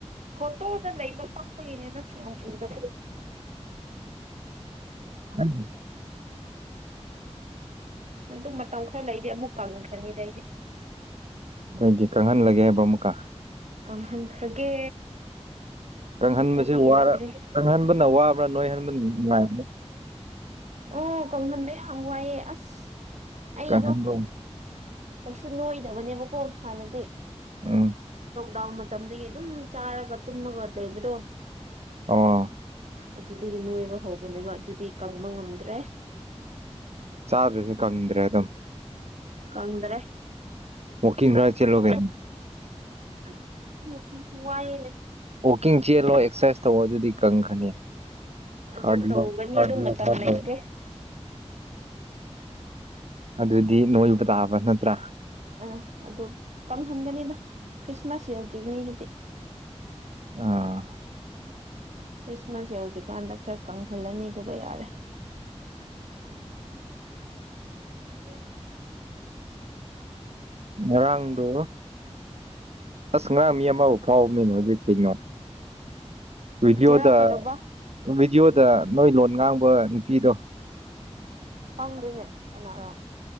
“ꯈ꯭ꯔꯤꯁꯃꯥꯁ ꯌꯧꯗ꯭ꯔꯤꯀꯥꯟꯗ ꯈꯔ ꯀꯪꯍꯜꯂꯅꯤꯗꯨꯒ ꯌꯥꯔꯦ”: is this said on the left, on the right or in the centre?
Right